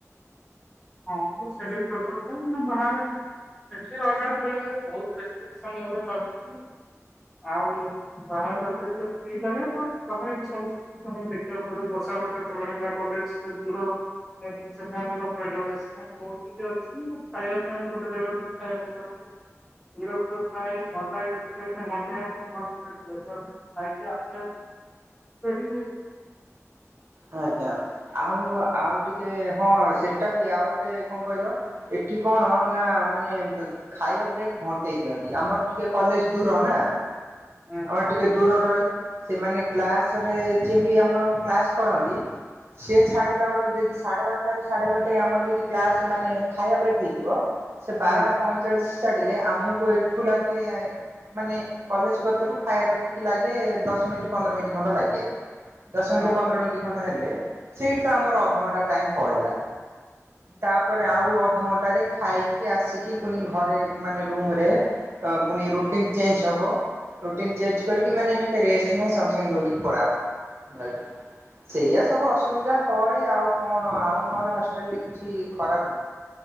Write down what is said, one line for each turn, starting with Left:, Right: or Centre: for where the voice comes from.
Centre: ହଁ <unintelligible> ନା ବାହାରେ ସେଠି ରହିଲାରୁ ବେଳେ ବେଳେ ବହୁତ ରେଷ୍ଟ୍ରିକ୍‌ସନ୍‌ ମୋର ଲାଗୁଛି ଆଉ। ଆଉ ବାହାରେ ରହିଲେ ଟିକେ ଫ୍ରି ଲାଗେ ବଟ୍ କଥାରେ ବି ସଲିସ୍‌ ତମେ ଦେଖିଆକୁ ପଡିବ ବର୍ଷା ବର୍ଷା ତଳେ ହେଥିଲା କଲେଜ କେଦେ ଦୂର ଟେନ୍ଥ ଏକ୍ଜାମ୍ ପର୍ଦିନ। <unintelligible> <unintelligible> ଆଇ କେ ଆସିନାହାନ୍ତି କୋଉଠିକି
Right: ହଁ ଆଜ୍ଞା ଆଉ ଆଉ ଟିକେ ହଁ ସେଟା ବି ଆଉ ଗୋଟେ କଁ କହିଲ? ଏଠି କଣ ନା ମାନେ ବ ଖାଇବା ବ୍ରେକ୍ ଘଣ୍ଟେଇ ଦିଅନ୍ତି ଆମର ଟିକେ କଲେଜ ଦୂର ନା।
Centre: ହଁ
Right: ଆମର ଟିକେ ଦୂର ରହେ ସେମାନେ କ୍ଲାସରେ ଯିଏ ବି ଆମର କ୍ଲାସ୍‌ କରନ୍ତି ସେ ଛାଡିଲା
Centre: ହଁ
Right: ବେଳକୁ ଯଦି ସାଡେ ବାର୍ ତାରୁ ସାଡେ ଗୋଟେ ଆମର ଯଦି କ୍ଲାସ ମାନେ ଖାଇଆ ବ୍ରେକ୍ ହେଇଥିବ ସେ ବାରଟା
Centre: ହଁ
Right: ପଇଁଚାଳିଶ୍ ଚାଡ଼ିଲେ ଆମକୁ ଏଠୁ ଲାଗେ ମାନେ କଲେଜ କତେରୁ ଖାଇବା କତିକି ଲାଗେ ଦଶ୍ ମିଣ୍ଟି ପନ୍ଦର ମିଣ୍ଟି ଖଣ୍ଡେ ଲାଗେ ଦଶ ମିନିଟ୍
Centre: ହଁ
Right: ପନ୍ଦର ମିଣ୍ଟି ଖଣ୍ଡେ ହେଲେ ସେଇଟ୍ ତ ଆମର ଅଧଘଣ୍ଟା ଟାଇମ୍‌ପଳେଇଲା। ତାପରେ
Centre: ହଁ
Right: ଆଉ ଅଧହଣ୍ଟାରେ ଖାଇ କି ଆସିକି ପୁଣି ଘରେ ମାନେ ରୁମରେ ଅ ପୁଣି ରୁଟିନ୍‌ ଚେଞ୍ଚ ହବ। ରୁଟିନ୍ ଚେଜ୍‌ କରିକି ମାନେ ଟିକେ ରେଷ୍ଟ ନେଇ ସଙ୍ଗ୍ ସଙ୍ଗେ ଦୌଡିକି ପଳାଅ ହେଲା। ସେଇଆ ସବୁ ଅସୁବିଧା ହଏ ଆଉ କଣ ଆଉ ନହେଲେ ହଷ୍ଟେଲ୍‌ରେ କିଛି ଖରାପ୍ ନୁହଁ।